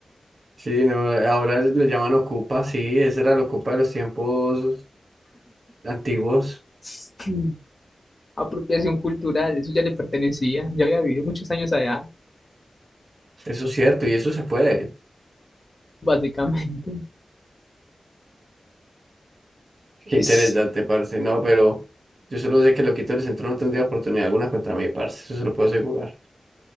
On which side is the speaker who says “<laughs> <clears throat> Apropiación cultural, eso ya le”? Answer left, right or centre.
Left